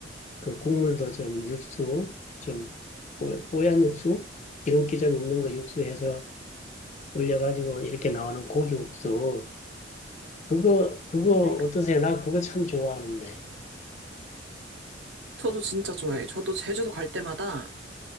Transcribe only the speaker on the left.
그 국물도 좀 육수 좀 뽀- 뽀얀 육수 기름기 좀 있는 거 육수해서 올려가지고 이렇게 나오는 고기국수 그거, 그거
어떠세요? 나 그거 참 좋아하는데.